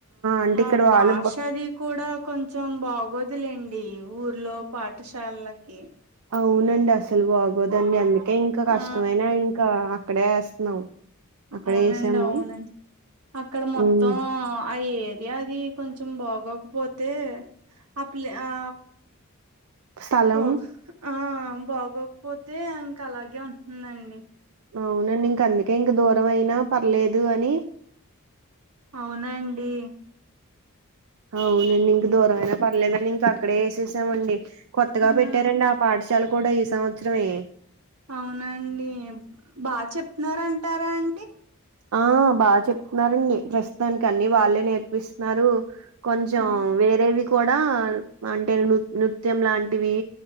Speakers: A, on the right; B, on the right.
A: అంటే
B: ఆ
A: ఇక్కడ వాళ్ళు
B: భాష
A: బ
B: అది కూడ కొంచెం బాగోదులేండి ఊర్లో పాఠశాలలకి
A: అవునండి అసలు బాగోదండి అందుకే ఇంకా కష్టమైనా
B: ఆ
A: ఇంకా అక్కడే వేస్తున్నాం అక్కడే
B: అవునండి
A: వేసాము
B: అవునండి అక్కడ మొత్తం
A: ఉమ్
B: ఆ ఏరియా అది కొంచెం బాగోకపోతే ఆ ప్లే ఆ
A: స్థలం
B: బా ఆ బాగోకపోతే ఇంకా అలాగే ఉంటుందండి
A: అవునండి ఇంక అందుకే ఇంక దూరం అయినా పర్లేదు అని
B: అవునా అండి
A: అవునండి ఇంక దూరమైన పర్లేదని ఇంక అక్కడే వేసేసామండి కొత్తగా
B: ఆహా
A: పెట్టారండి పాఠశాల కూడా ఈ సంవత్సరమే
B: అవునండి బాగా చెప్తున్నారా అంటారా అండి
A: ఆ బాగా చెప్తున్నారండి ప్రస్తుతానికి అన్ని వాళ్ళే నేర్పిస్తున్నారు కొంచెం
B: ఆ
A: వేరేవి కూడా అంటే నృ నృత్యం లాంటివి